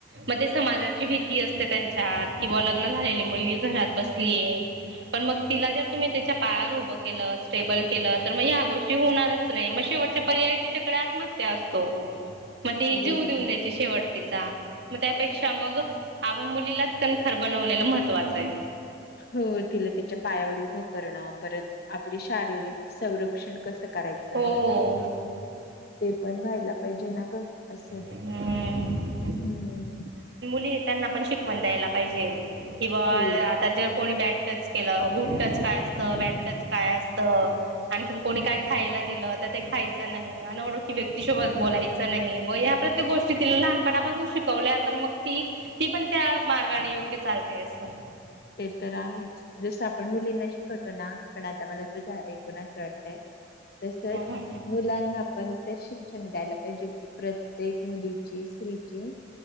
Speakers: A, on the right; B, on the left.
A: मगं समाजाची भीती असते त्यांच्या किंवा लग्न झालेले मुलगी घरात बसलीय पण मगं तिला जर तुम्ही तिच्या पायावर उभं केलं स्टेबल केलं तर मग ह्या गोष्टी होणारच नाही मंग शेवटचा पर्याय तिच्याकडे आत्महत्या असतो मगं ती जीव
B: बरोबर.
A: देऊन द्यायची शेवट त मग त्यापेक्षा मग आं मुलीलाच कणखर बनवलेलं महत्त्वाचं आहे.
B: हो तिला तिच्या पायावर उभं करणं, परत आपली शारीरिक संरक्षण कसं करायचं-
A: हो
B: आता मेन म्हणजे त्या, ते पण व्हायला- पाहिजे ना गं असेय.
A: हम्म.
B: हुं-
A: नि त्यानां पण शिकवन द्यायला पाहीजे, कि बाबा
B: हो
A: आता जर कोणी बॅ- टच केलं गुड टच काय, असतं बॅड टच काय असतं, आणखीन कोणी
B: हम्म,
A: काय खायला दिलं. - ते खायच नाही, अनोळखी व्यक्ती- सोबत बोलायच, नाही मग ह्या प्रत्येक गोष्टी तिला लहानपासून शिकवल्या तर मगं ती -ती पण त्या- मार्गाने योग्य चालते असं-
B: ते तर आहेच, जसं आपण मुलींना शिकवतो ना- पण आता मला तुझ ऐकून असं वाटतय, तसच
A: हम्म
B: मुलांना आपण ते श- शिक्षण द्यायला पाहिजे कि, प्रत्येक मुलीची स्त्रीची-